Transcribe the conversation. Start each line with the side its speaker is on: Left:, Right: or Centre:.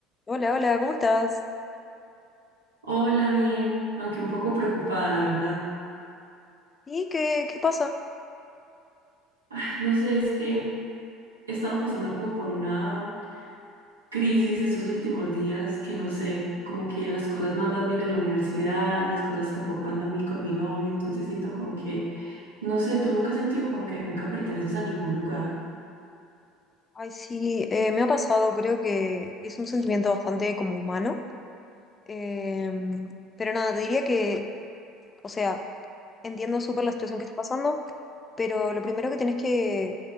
Left: Hola, hola, ¿cómo estás?
Right: Hola, bien, aunque un poco preocupada, la verdad.
Left: ¿Y qué, qué pasa?
Right: Ay, no sé, es que he estado pasando como por una crisis estos últimos días, que no sé, como que las cosas no andan bien en la universidad, las cosas tampoco andan bien con mi novio, entonces siento como que, no sé, tú nunca has sentido como que nunca perteneces a ningún lugar.
Left: Ay, sí, eh, me ha pasado, creo que es un sentimiento bastante como humano. Eh, pero nada, te diría que, o sea, entiendo súper la situación que está pasando, pero lo primero que tenés que